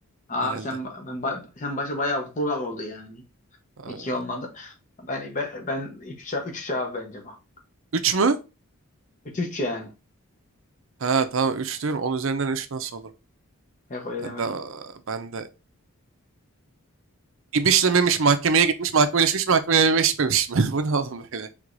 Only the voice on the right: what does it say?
Herhalde.
Aa,
Üç mü?
Ha tamam üç diyorum. On üzerinden üç nasıl olur?
Ben
de, ben de. İbişlememiş, mahkemeye gitmiş, mahkemeleşmiş, mahkemeleşmemiş mi? <laughs> Bu ne oğlum böyle?